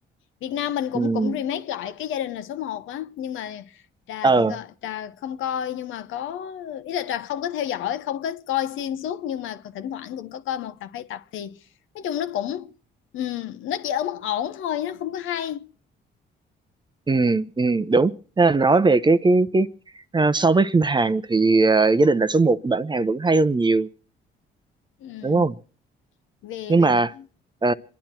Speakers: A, on the left; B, on the right.
A: Việt Nam mình cũng
B: ừ.
A: cũng remake lại cái gia đình là số một á nhưng mà trà
B: ờ
A: thì kho- trà không coi nhưng mà có ý là trà không có theo dõi không có coi xuyên suốt nhưng mà thỉnh thoảng cũng có coi một tập hai tập thì nói chung nó cũng ừm, nó chỉ ở mức ổn thôi nó không có hay
B: ừ, ừ, đúng Thế là nói về cái cái cái à, so với phim Hàn thì à, gia đình là số một bản Hàn vẫn hay hơn nhiều
A: Ừm,
B: đúng không
A: về
B: nhưng
A: về,
B: mà
A: về.
B: ờ,